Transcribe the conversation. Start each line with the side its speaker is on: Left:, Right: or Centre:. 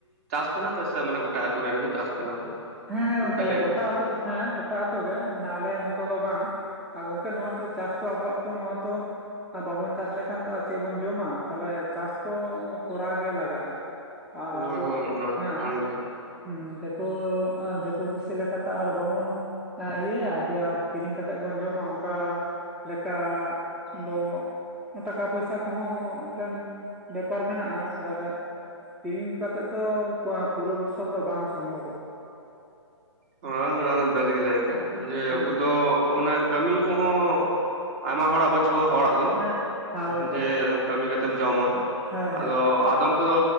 Right: ᱪᱟᱥ ᱠᱟᱱᱟ ᱯᱮ ᱥᱮ ᱢᱟᱱᱮ ᱜᱚᱴᱟ ᱟᱛᱩ ᱨᱮᱱ ᱜᱤ ᱪᱟᱥ ᱛᱟᱦᱮᱱᱟ ᱠᱚ?
Centre: ᱦᱮᱸ ᱦᱮᱸ
Right: ᱚᱱᱠᱟ
Centre: ᱜᱚᱝᱠᱮ
Right: ᱞᱟᱹᱭ ᱢᱮ
Centre: ᱜᱚᱴᱟ ᱟᱹᱛᱩ ᱦᱮᱸ ᱜᱚᱴᱟ ᱟᱹᱛᱩ ᱜᱮ ᱢᱟᱱᱮ ᱟᱞᱮ ᱢᱚᱛᱚ ᱫᱚ ᱵᱟᱝ᱾ ᱟ ᱜᱚᱝᱠᱮ ᱱᱚᱣᱟ ᱛᱚ ᱪᱟᱥ ᱛᱚ ᱟᱵᱚᱣᱟᱜ ᱛᱚ ᱱᱚᱣᱟ ᱛᱚ ᱟ ᱵᱟᱵᱚᱱ ᱪᱟᱥ ᱞᱮᱠᱷᱟᱱ ᱛᱚ ᱟ ᱪᱮᱜ ᱵᱚᱱ ᱡᱚᱢᱟ ᱛᱟᱦᱞᱮ ᱪᱟᱥ ᱛᱚ ᱠᱚᱨᱟᱣ ᱜᱮ ᱞᱟᱜᱟᱜᱼᱟ᱾ ᱟᱨ
Right: ᱦᱳᱭ
Centre: ᱟᱵᱚ
Right: ᱦᱳᱭ ᱚᱱᱟ
Centre: ᱦᱮᱸ
Right: ᱠᱟᱱ ᱜᱮ
Centre: ᱦᱩᱸ ᱫᱮᱠᱳ ᱟᱸ ᱫᱮᱠᱳ ᱯᱩᱥᱤ ᱞᱮᱠᱟ ᱛᱚ ᱟᱨ ᱵᱟᱵᱚᱱ ᱟᱸ ᱤᱭᱟᱹᱭᱟ ᱡᱮ ᱠᱤᱨᱤᱧ ᱠᱟᱛᱮᱜ ᱵᱚᱱ ᱡᱚᱢᱟ ᱚᱝᱠᱟ ᱞᱮᱠᱟ ᱫᱚ ᱴᱟᱠᱟ ᱯᱚᱭᱥᱟ ᱠᱚᱦᱚᱸ ᱢᱮᱫᱴᱮᱱ ᱵᱮᱯᱟᱨ ᱢᱮᱱᱟᱜᱼᱟ <unintelligible> ᱠᱤᱨᱤᱧ ᱠᱟᱛᱮᱜ ᱫᱚ <unintelligible> ᱯᱩᱨᱟᱹ ᱵᱚᱥᱚᱨ ᱫᱚ ᱵᱟᱝ ᱥᱚᱢᱵᱷᱚᱵᱚᱜᱼᱟ᱾
Right: <unintelligible> ᱜᱤ ᱞᱟᱹᱭ ᱠᱟᱜᱼᱟ ᱡᱮ
Centre: ᱦᱩᱸ
Right: ᱟᱵᱚ ᱫᱚ ᱢᱟᱱᱮ ᱠᱟᱹᱢᱤ ᱠᱚ ᱦᱚᱸ ᱟᱭᱢᱟ ᱦᱚᱲᱟᱜ ᱵᱟᱹᱪᱩᱜᱼᱟ ᱦᱚᱲᱟᱜ ᱫᱚ᱾
Centre: ᱦᱮᱸ ᱦᱳᱭ
Right: ᱡᱮ
Centre: ᱦᱳᱭ
Right: <unintelligible> ᱠᱟᱹᱢᱤ ᱠᱟᱛᱮᱢ ᱡᱚᱢᱟ
Centre: ᱦᱳᱭ
Right: ᱟᱫᱚ
Centre: ᱦᱳᱭ
Right: ᱟᱫᱚᱢ ᱠᱚᱫᱚ